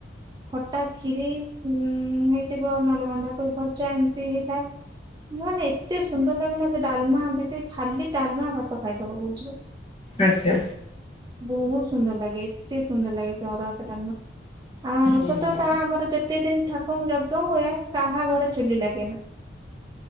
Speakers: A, on the right; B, on the left.
A: ଖଟା କ୍ଷୀରି ଉ ହେଇଥିବ ନହେଲେ ବନ୍ଧାକୋବି ଭଜା ଏମିତି ହେଇଥାଏ। କୁହନି ଏତେ ସୁନ୍ଦର ଲାଗେନା ସେ ଡାଲମା ଦିଦୀ ଖାଲି ଡାଲମା ଭାତ ଖାଇଦବ କହୁଛି ପା।
B: ଆଛା।
A: ବହୁତ ସୁନ୍ଦର ଲାଗେ ଏତେ ସୁନ୍ଦର ଲାଗେ ସେ ଅରୁଆ ଭାତଟା ଡାଲମା। ଆ ଅ
B: ହୁଁ
A: ଞ୍ଚ ତ
B: ହୁଁ
A: ତା ଆମର ଯେତେ ଦିନ ଆପଣଙ୍କୁ ଯଦ ଦଉଁ ହୁଏ କାହା ଘରେ ଚୁଲି ଲାଗେ ନା।